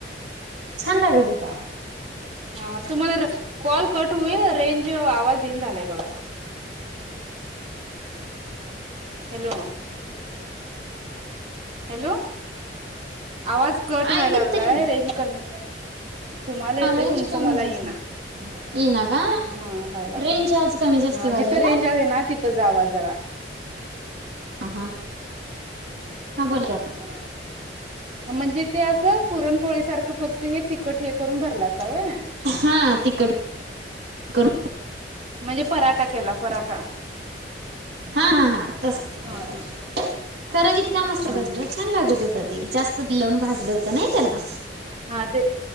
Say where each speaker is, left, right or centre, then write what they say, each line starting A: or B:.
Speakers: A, on the right; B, on the right.
A: छान लागत होताव.
B: हा तुम्हाला र कॉल कट होईल रेंज आवाज येईना झालाय बघा. हॅलो.
A: <inaudible>
B: हॅलो, आवाज कट व्हाय
A: ऐकू
B: लागलाय
A: येतंय की नाही
B: रेंज कमी आहे. तुम्हाला येतंय,
A: रेंज
B: तुमचं
A: कमी
B: मला
A: जास्त
B: येईना.
A: येईना का
B: हा व्हाय लागलंय
A: रेंज आज कमी जास्ती
B: ह
A: व्हायल्या
B: जिथं
A: ओ
B: रेंज आहे ना ति थं जावा जरा.
A: ह हां हा बोल की आता.
B: म्हणजे ते असं पुरणपोळी सारखं फक्त हे तिखट हे करून भरलासा होय.
A: हा तिखट करून
B: म्हणजे पराठा केला पराठा.
A: हा हा हा तसं.
B: हा हा
A: खर इतका मस्त
B: हा
A: कर
B: हा
A: छान लागत होत ते जास्त तेल लावून भाजलं होतं नाही त्याला.
B: हा ते